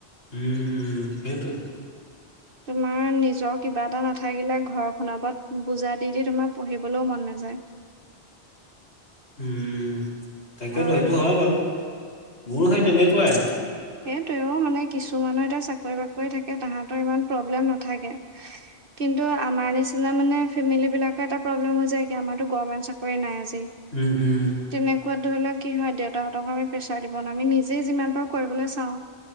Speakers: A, on the left (about 75°); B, on the right (about 55°).
A: উম উম সেইটোৱে
B: তোমাৰ নিজৰ কিবা এটা নাথাকিলে ঘৰখনৰ ওপত বুজা দি দি তোমাৰ পঢ়িবলৈও মন নাযায়
A: উম তাকেতো
B: আৰু
A: সেইটো হয় বাৰু মোৰো সেই তেনেকুৱাই
B: সেইটোৱে অ মানে কিছুমানৰ এতিয়া চাকৰি বাকৰি থাকে তাহাঁতৰ ইমান প্ৰব্লেম নাথাকে কিন্তু আমাৰ নিচিনা মানে ফেমিলী বিলাকৰ এটা প্ৰব্লেম হৈ যায় কি আমাৰতো গভৰ্মেণ্ট চাকৰি নাই আজি
A: উম হুম
B: তেনেকুৱাত ধৰি লওক কি হয় দেউতাহঁতক আমি প্ৰেছাৰ দিব নোৱাও আমি নিজে যিমান পাৰো কৰিবলে চাওঁ